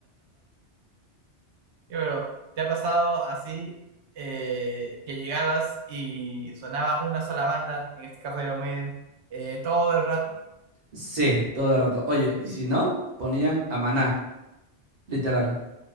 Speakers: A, on the right; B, on the right.
A: Y pero, ¿te ha pasado así eh, que llegabas y sonaba una sola banda, en este caso Iron Maiden, eh, todo el rato?
B: Sí, todo el rato. Oye, y si no, ponían a Maná, literal.